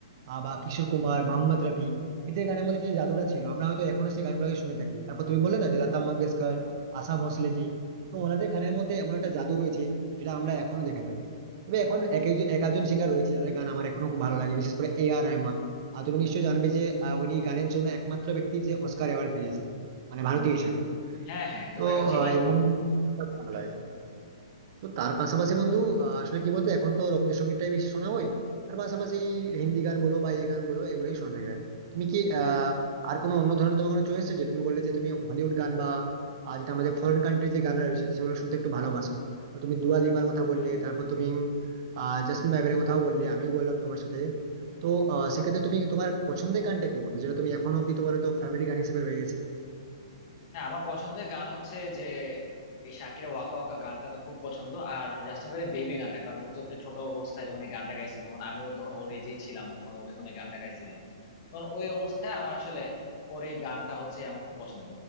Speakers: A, on the right; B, on the left.
A: আহ, বা কিশোর কুমার মোহাম্মদ রফি এদের গানের মধ্যে যে জাদুটা ছিল আমরা হয়তো এখনো সেই গানগুলোকে শুনে থাকি তারপর তুমি বললে না যে লতা মঙ্গেশকর আশা ভোঁসলেজি তো ওনাদের গানের মধ্যে এমন একটা জাদু রয়েছে যেটা আমরা এখনো দেখে থাকি তবে এখন এক একজ- এক আধজন সিঙ্গার রয়েছে যাদের গান আমার এখনো খুব ভালো লাগে বিশেষ করে এ আর রহমান আর তুমি নিশ্চয়ই জানবে যে আহ, উনি গানের জন্য একমাত্র ব্যক্তি যে অস্কার অ্যাওয়ার্ড পেয়েছে মানে ভারতীয় হিসেবে
B: হ্যাঁ হ্যাঁ এটা
A: তো
B: তাকে চিনি
A: আহ, এ আর রহমান খুব ভালো লাগে তো তার পাশাপাশি বন্ধু আহ, আসলে কি বলতো এখন তো রবীন্দ্রসঙ্গীতটাই বেশি শোনা হয় তার পাশাপাশি হিন্দি গান বলো বা এই গান বলো এগুলোই শোনা থাকে তুমি কি আহ আর কোনো অন্য ধরনের তোমার কোনো চয়েস আছে তুমি বললে যে তুমি হলিউড গান বা আহ, যেটা আমাদের ফরেন কান্ট্রি যে গান রয়েছে সেগুলো শুনতে একটু ভালোবাসো তো তুমি দুয়া লিপার কথা বললে তারপর তুমি আহ জাস্টিন বাইবারের কথাও বললে আমিও বললাম তোমার সাথে তো আহ, সেক্ষেত্রে তুমি তোমার পছন্দের গানটা কি বলবো যেটা তুমি এখন অব্দি তোমার তো ফেভারিট গান হিসেবে রয়ে গেছে
B: হ্যাঁ আমার পছন্দের গান হচ্ছে যে এই শাকিরা ওয়াকা ওয়াকা গানটা তো খুব পছন্দ আর জাস্টিন বিবারের বেবি গানটা কারণ ও তো একটা ছোট অবস্থায় যখন এই গানটা গাইছে তখন আমিও তখন ওর এজেই ছিলাম তখন ও যখন এই গানটা গাইছিল তখন ওই অবস্থায় আমার আসলে ওর এই গানটা হচ্ছে আমার খুব পছন্দ